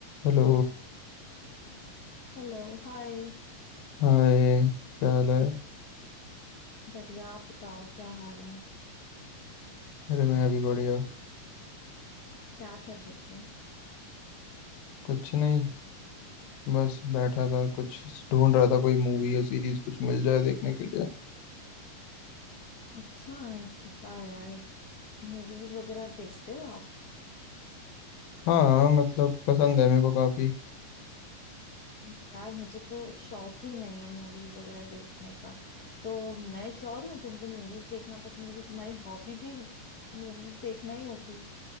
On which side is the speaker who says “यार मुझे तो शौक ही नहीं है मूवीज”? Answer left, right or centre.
Left